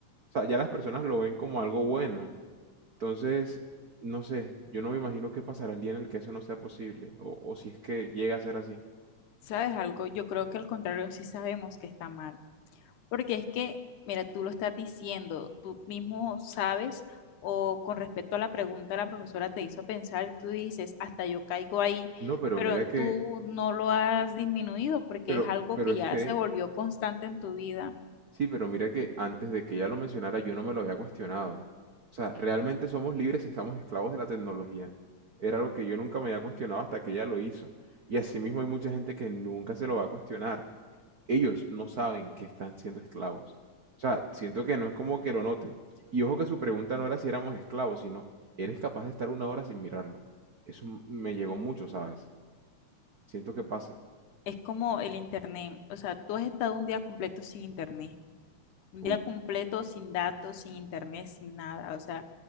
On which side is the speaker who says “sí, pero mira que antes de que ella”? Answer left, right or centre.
Right